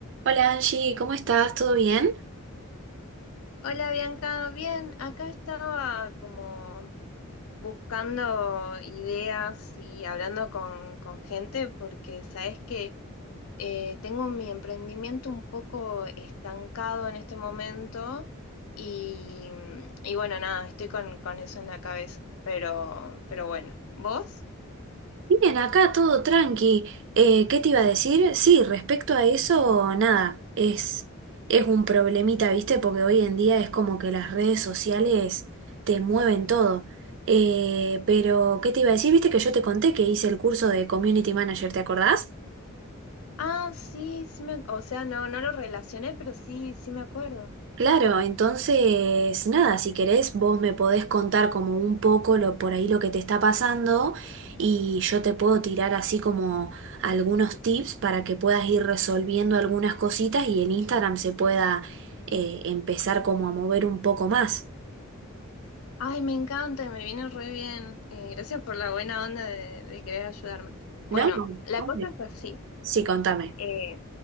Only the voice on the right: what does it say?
Hola Angie, ¿cómo estás? ¿Todo bien?
Bien, acá todo tranqui. Eh, ¿qué te iba a decir? Sí, respecto a eso, nada, es, es un problemita, ¿viste? Porque hoy en día es como que las redes sociales te mueven todo. Eh, pero, ¿qué te iba a decir? ¿Viste que yo te conté que hice el curso de Community Manager, ¿te acordás?
Claro, entonces, nada, si querés, vos me podés contar como un poco lo, por ahí lo que te está pasando y yo te puedo tirar así como algunos tips para que puedas ir resolviendo algunas cositas y el Instagram se pueda eh, empezar como a mover un poco más,
¿no?
Obvio.
Sí, contame.